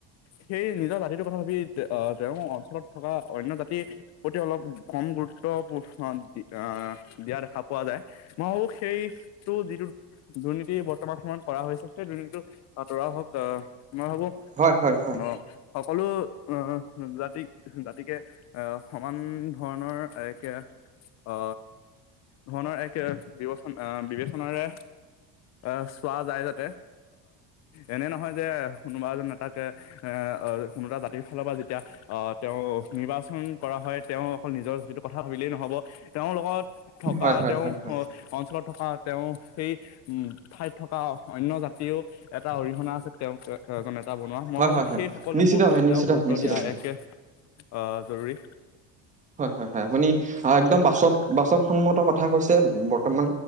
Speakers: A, on the left; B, on the right.
A: সেই নিজৰ জাতিটো তথাবি তেওঁৰ অঞ্চলত থকা অন্য জাতি প্ৰতি অলপ কম গুৰুত্ব দি অ দিয়া দেখা পোৱা যায় ময়ো সেইটো যিটো দুৰ্নীতি বৰ্তমান সময়ত কৰা হৈছে সেই দুৰ্নীতিটো আতৰা হওক আহ মই ভাবো
B: হয় হয় হয়
A: অ সকলো অ জাতি জাতিকে অ সমান ধৰণৰ একে অ ধৰণৰ এক বিবেচনা বিবেচনাৰে অ চোৱা যায় অ এনে নহয় যে কোনোবা এজন নেতাকে এ কোনো এটা জাতিৰ ফালৰ পৰা এতিয়া আহ তেওঁ নিৰ্বাচন কৰা হয় তেওঁ অকল নিজৰ যিটো কথা ভাবিলেই নহ'ব তেওঁৰ লগত থকা,
B: হয় হয়
A: তেওঁ
B: হয় হয়
A: অ' অঞ্চলত থকা তেওঁ সেই উম, ঠাইত থকা অন্য জাতিও এটা অৰিহণা আছে তেওঁক জনক। বনোৱা মই
B: হয়
A: ভাবো,
B: হয় হয়
A: সেই সকলকো
B: নিশ্চিতভাৱে
A: তেওঁক
B: নিশ্চিত
A: গুৰুত্ব
B: নিশ্চিতভাৱে
A: দিয়া একে অ' জৰুৰী
B: হয়-হয়-হয়, আপুনি একদম বাচক-বাচক সন্মত কথা কথা কৈছে বৰ্তমান